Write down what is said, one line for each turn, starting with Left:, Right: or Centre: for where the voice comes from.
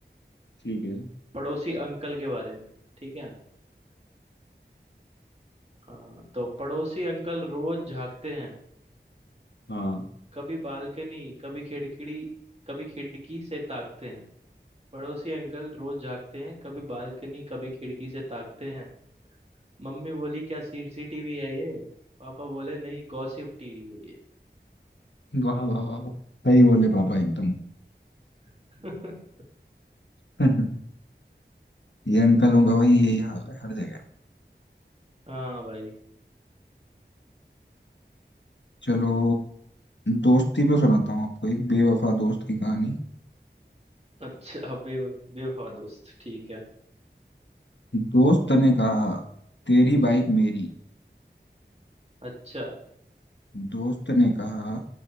Left: ठीक है
Right: पड़ोसी अंकल के बारे में ठीक है हाँ तो पड़ोसी अंकल रोज झांकते हैं
Left: हाँ
Right: कभी बालकनी कभी खिड़की कभी खिड़की से ताकते हैं पड़ोसी अंकल रोज जागते हैं कभी बालकनी कभी खिड़की से ताकते हैं मम्मी बोली क्या सीसीटीवी है ये पापा बोले नहीं गॉसिप टीवी है ये
Left: वाह वाह वाह वाह। सही बोले पापा एकदम
Right: <laughs>
Left: <laughs> ये अंकलों का भाई यही हाल है हर जगह
Right: हाँ भाई
Left: चलो दोस्ती पे सुनाता हूँ आपको एक बेवफा दोस्त की कहानी
Right: अच्छा बे बेवफा दोस्त ठीक है
Left: दोस्त ने कहा तेरी बाइक मेरी
Right: अच्छा
Left: दोस्त ने कहा